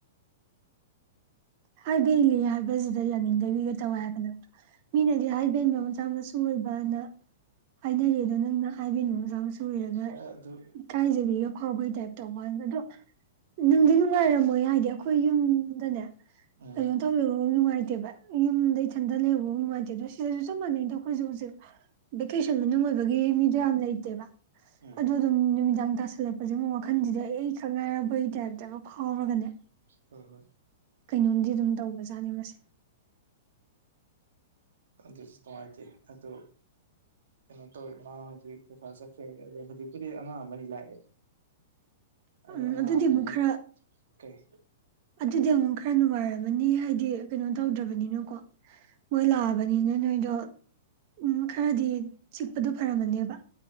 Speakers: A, on the right (about 50°); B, on the right (about 75°).
A: ꯍꯥꯏꯗꯤ ꯍꯥꯏꯕꯖꯤꯗ ꯌꯥꯅꯤꯡꯗꯕꯤꯒ ꯇꯧꯋꯦ ꯍꯥꯏꯕ ꯅꯪꯗꯣ ꯃꯤꯅꯗꯤ ꯍꯥꯏꯕ ꯢꯟꯕ ꯃꯆꯥ ꯃꯁꯨ ꯅꯣꯏꯕꯅ ꯍꯥꯏꯅꯔꯦꯗꯅ ꯅꯪ ꯍꯥꯏꯕ ꯢꯟꯕ ꯃꯆꯥ ꯃꯁꯨ ꯑꯣꯏꯔꯒ
B: ꯈꯔ ꯑꯗꯨꯝ
A: ꯏꯀꯥꯏꯖꯕꯤꯒ ꯐꯥꯎꯕꯒꯤ ꯇꯥꯏꯞꯇ ꯇꯧꯕꯋꯥꯅꯦ ꯑꯗꯣ ꯅꯨꯡꯗꯤ ꯅꯨꯡꯉꯥꯏꯔꯝꯃꯣꯏ ꯍꯥꯏꯗꯤ ꯑꯩꯈꯣꯏ ꯌꯨꯝꯗꯅꯦ
B: ꯎꯝ
A: ꯀꯩꯅꯣ ꯇꯧꯗꯕ ꯅꯨꯡꯉꯥꯏꯇꯦꯕ ꯌꯨꯝꯗ ꯏꯊꯟꯗ ꯂꯩꯍꯧꯕ ꯃꯨꯛ ꯅꯨꯡꯉꯥꯏꯇꯦ ꯑꯗꯣ ꯁꯤꯗꯁꯨ ꯆꯞ ꯃꯥꯟꯅꯩꯗ ꯑꯩꯈꯣꯏꯖꯤꯛ ꯍꯧꯖꯤꯛ ꯚꯦꯀꯦꯁꯟ ꯃꯅꯨꯡ ꯑꯣꯏꯕꯒꯤ ꯃꯤꯗꯣ ꯌꯥꯝ ꯂꯩꯇꯦꯕ
B: ꯎꯝ
A: ꯑꯗꯨ ꯑꯗꯨꯝ ꯅꯨꯃꯤꯗꯥꯡ ꯇꯁꯤꯟ ꯍꯜꯂꯛꯄꯁꯤ ꯑꯃꯛ ꯋꯈꯟꯁꯤꯗꯤ ꯑꯩ ꯑꯩ ꯈꯪ ꯉꯥꯏꯔꯕꯒꯤ ꯇꯥꯏꯞꯇ ꯐꯥꯎꯔꯒꯅꯦ
B: ꯍꯣꯏ ꯍꯣꯏ
A: ꯀꯩꯅꯣꯝꯗꯤ ꯑꯗꯨꯝ ꯇꯧꯕꯖꯥꯠꯅꯤ ꯃꯁꯦ
B: ꯈꯪꯗꯦ ꯁꯇ꯭ꯔꯥꯗꯤ ꯑꯗꯣ ꯀꯩꯅꯣ ꯇꯧꯋꯦ ꯃꯥ ꯍꯧꯖꯤꯛ ꯄꯩꯈ ꯆꯠꯈ꯭ꯔꯦ ꯑꯗꯣ ꯍꯧꯖꯤꯛꯄꯨꯗꯤ ꯑꯉꯥꯡ ꯑꯃꯅꯤ ꯂꯥꯛꯑꯦ
A: ꯎꯝ
B: ꯑꯌꯨꯛ ꯑꯉꯥꯡ
A: ꯑꯗꯨꯗꯤ
B: ꯑꯃꯅꯤ
A: ꯑꯃꯨꯛ ꯈꯔ
B: ꯀꯩ
A: ꯑꯗꯨꯗꯤ ꯑꯃꯨꯛ ꯈꯔ ꯅꯨꯡꯉꯥꯏꯔꯝꯃꯅꯤ ꯍꯥꯏꯗꯤ ꯀꯩꯅꯣ ꯇꯧꯗ꯭ꯔꯕꯅꯤꯅꯀꯣ ꯃꯣꯏ ꯂꯥꯛꯑ ꯕꯅꯤꯅ ꯅꯣꯏꯗꯣ ꯎꯝ ꯈꯔꯗꯤ ꯆꯤꯛꯄꯗꯣ ꯐꯔꯝꯃꯅꯦꯕ